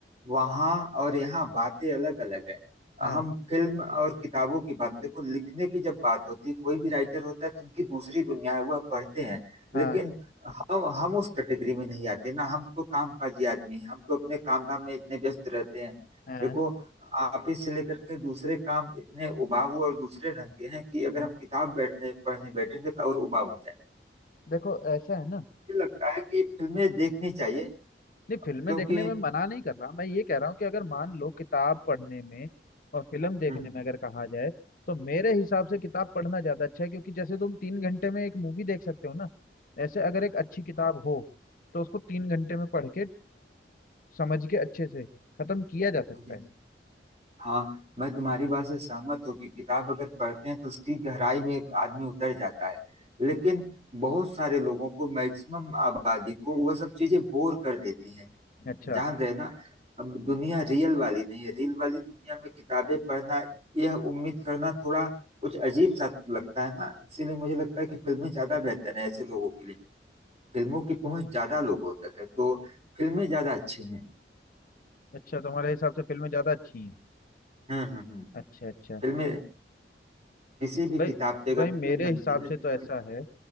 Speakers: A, on the right; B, on the left.
A: वहाँ और यहाँ बातें अलग अलग है
B: हाँ।
A: हम फिल्म और किताबों की बात देखो लिखने की जब बात होती है कोई भी राइटर होता है तो उनकी दूसरी दुनिया है वह पढ़ते हैं
B: हाँ
A: लेकिन हम हम उस कैटेगरी में नहीं आते ना हम तो कामकाजी आदमी हैं हम तो अपने काम धाम में इतने व्यस्त रहते हैं
B: हाँ
A: देखो ऑफिस से लेकर के दूसरे काम इतने उबाऊ और दूसरे रंग के हैं कि अगर
B: हाँ
A: हम किताब बैठने पढ़ने बैठेंगे तो और उबाऊ हो जाए
B: देखो ऐसा है ना
A: मुझे लगता है कि फिल्में देखनी चाहिए
B: नहीं फिल्में
A: क्योंकि
B: देखने में मना नहीं कर रहा मैं ये कह रहा हूँ कि अगर मान लो किताब पढ़ने में और फिल्म देखने
A: हम्म,
B: में अगर कहा जाए तो मेरे हिसाब से किताब पढ़ना ज्यादा अच्छा है क्योंकि जैसे तुम तीन घंटे में एक मूवी देख सकते हो ना ऐसे अगर एक अच्छी किताब हो तो उसको तीन घंटे में पढ़ के अ, समझ के अच्छे से खत्म किया जा सकता
A: जी
B: है
A: हाँ मैं तुम्हारी बात से सहमत हूँ कि किताब अगर पढ़ते हैं तो उसकी गहराई में एक आदमी उतर जाता है लेकिन बहुत सारे लोगों को मैक्सिमम आबादी को वह सब चीजें बोर कर देती हैं
B: अच्छा
A: जान रहे ना अब दुनिया रियल वाली नहीं है रियल वाली दुनिया में किताबें पढ़ना यह उम्मीद करना थोड़ा कुछ अजीब सा लगता है ना इसीलिए मुझे लगता है कि फिल्में ज्यादा बेहतर है ऐसे लोगों के लिए फिल्मों की पहुंच ज्यादा लोगों तक है तो फिल्में ज्यादा अच्छी हैं
B: अच्छा तुम्हारे हिसाब से फिल्में ज्यादा अच्छी हैं
A: हम्म हम्म हम्म
B: अच्छा अच्छा
A: फिल्में किसी भी
B: भाई
A: किताब से अगर
B: भाई मेरे
A: फिल्म बनती
B: हिसाब
A: है
B: से
A: तो
B: तो ऐसा
A: फिल्म
B: है